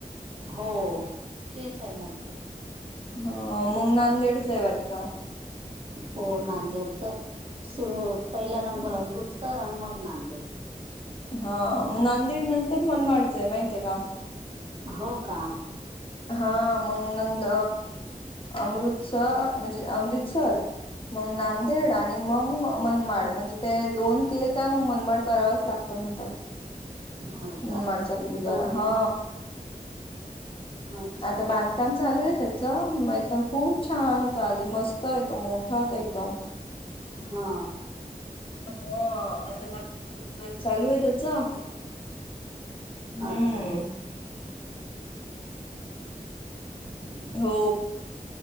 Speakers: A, on the right; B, on the left.
A: हो तेच आहे मोठ
B: ह मग नांदेडचं आहे वाटतं
A: हो नांदेडच सुरू पहिला
B: हम्म
A: नंबर अमृत तर अन मग नांदेड....
B: हा नांदेड नंतर मनमाडच आहे माहित आहे का?
A: हो का?
B: हा मग नंद अमृतसर म्हणजे अमृतसर... मग नांदेड आणि मग मनमाड म्हणजे ते दोन... के काय मग मनमड करावंच लागत... असं म्हणतात
A: हो
B: मनमाडचा
A: का
B: गुरुद्वारा
A: पण
B: हा...
A: अच्छा
B: आता बांधकाम चालू आहे त्याच मा खूप छान होतं आधी मस्त येतो मोठ... ठत एकदम
A: हा
B: हो आता चालू आहे त्याच हम्म
A: अच्छा हम्
B: हो